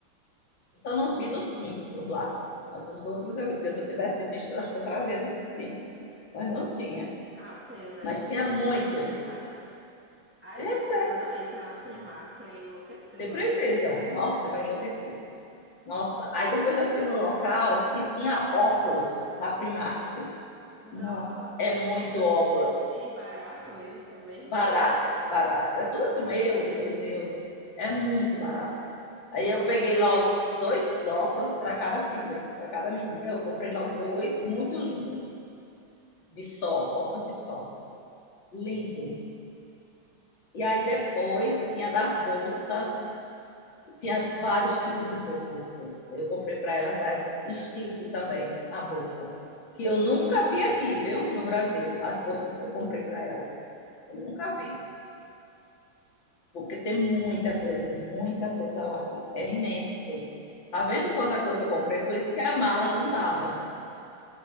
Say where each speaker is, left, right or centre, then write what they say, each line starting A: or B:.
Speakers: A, on the left (about 65°); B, in the centre.
A: Só não vi do Simpsons lá. Mas os outros eu vi, porque se eu tivesse visto, acho que eu trazia do Simpsons. Mas não tinha.
B: É uma pena,
A: Mas
B: hein? Porque
A: tinha
B: dos
A: muito.
B: Simpsons deve ser massa. Ah,
A: E
B: eu
A: é
B: tô precisando
A: sério,
B: ir pra Primark e enlouquecer
A: você
B: lá.
A: precisa. Nossa, você vai enlouquecer. Nossa, aí depois eu fui no local que tinha óculos na Primark.
B: Nossa,
A: Nossa, é muito
B: e,
A: óculos.
B: e barato eles também.
A: Barato, barato. É tudo assim, um euro, dois euros. É muito barato. Aí eu peguei logo dois óculos para cada filha, para cada menina. Eu comprei logo dois, muito lindo, de sol, óculos de sol. Lindo. E aí depois tinha das bolsas, tinha vários tipos de bolsas. Eu comprei para elas da Stitch também, a bolsa, que eu nunca vi aqui, viu, no Brasil, as bolsas que eu comprei para ela. Eu nunca vi. porque tem muita coisa, muita coisa lá, viu? é imenso. Tá vendo quanta coisa eu comprei? Por isso que a mala não dava.